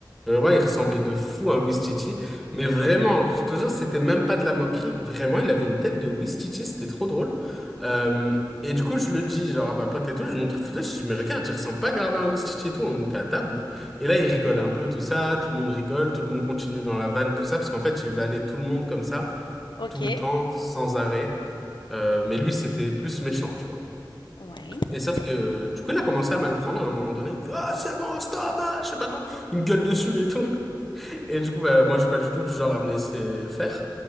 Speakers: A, in the centre; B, on the left.
A: Vraiment, il ressemblait de fou à un Ouistiti. Mais vraiment, je te jure, c'était même pas de la moquerie. Vraiment, il avait une tête de Ouistiti. C'était trop drôle. Euh, et du coup, je le dis, genre, à ma pote et tout, je lui montre une photo. Je dis, mais regarde, il ressemble pas grave à un Ouistiti et tout. On était à table. Et là, il rigole un peu, tout ça. Tout le monde rigole. Tout le monde continue dans la vanne, tout ça. Parce qu'en fait, il vannait tout le monde comme ça,
B: OK,
A: tout le temps, sans arrêt. Euh, mais lui, c'était plus méchant, tu vois.
B: ouais. <laughs>
A: Et sauf que, du coup, il a commencé à mal prendre, et à un moment donné, il me fait, ah, c'est bon, stop, ah, je sais pas quoi. Il me gueule dessus et tout. Et du coup, bah, moi, je suis pas du tout du genre à me laisser faire.